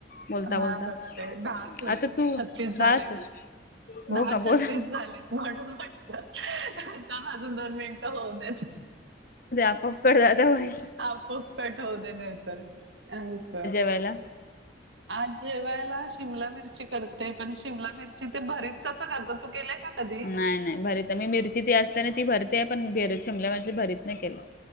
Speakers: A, on the left; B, on the right.
A: बोलता
B: हा
A: बोलता.
B: बघते दहा
A: आता तू
B: छत्तीस झालेत.
A: दहाच
B: दहा
A: हो का
B: छत्तीस
A: बोल
B: झालेत. म्हणून म्हटलं अजून दोन मिनिटं होऊ देत.
A: उकड झाल भाई.
B: अपोआप कट होतय नाहीतर असं.
A: गायला
B: आज जेवायला शिमला मिरची करत. ते पण शिमला मिरची ते भरीत कसं करतात तू केलंय का कधी?
A: नाही नाही भरी तर मी मिरची ती असताना ती भरते पण भेरत शिमल्या मिरची भरीत नाही केलं.